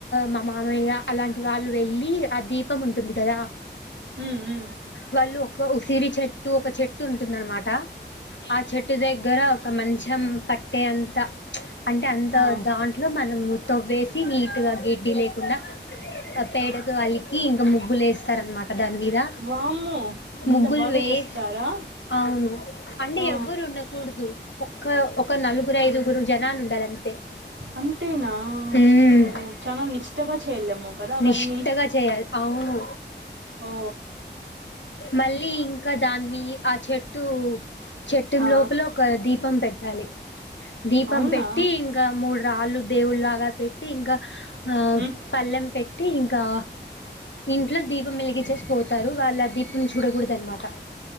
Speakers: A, on the left; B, on the right.
A: మా మామయ్య అలాంటి వాళ్ళు వెళ్ళి ఆ దీపం ఉంటుంది కదా.
B: ఉహ్ హు
A: వాళ్ళు ఒక ఉసిరి చెట్టు ఒక చెట్టు ఉంటుందనమాట. ఆ చెట్టు దగ్గర ఒక మంచం పట్టే అంత అంటే అంత
B: ఆ,
A: దాంట్లో మనము తవ్వేసి నీటుగా గేడ్డి లేకుండా. ఆ పేడతో అలీకి ఇంకా ముగ్గులు వేస్ స్తరన్నమాట. దానిమీద
B: వామ్మో ఇంత
A: ముగ్గుల్
B: బాగా
A: వేస్
B: చేస్తారా
A: అవును అంటే
B: ఆ,
A: ఎవ్వరు ఉండకూడుదు. ఒక ఓక్ ఒక నలుగురు ఐదుగురు జనాలు ఉండాల అంతే
B: అంతేనా
A: ఉహ్మ్
B: ఓ చాలా నిష్టగా చేయలేము కదా అవన్నీ
A: నిష్టగా చేయాలి అవును.
B: ఓ
A: మళ్ళీ ఇంకా దాన్ని ఆ చెట్ టు చెట్టు
B: ఆ
A: లోపల ఒక దీపం పెట్ లి దీపం
B: అవునా
A: పెట్టి ఇంగా మూడు రాళ్ళు. దేవుళ్ళగా పెట్టి ఇంగా ఆహ్
B: ఉమ్.
A: లం పెట్టి ఇంకా ఇంట్లో దీపం వెలిగ చేసి పోతారు వాళ్ళ దీపం చూడకూడదు అనమాట.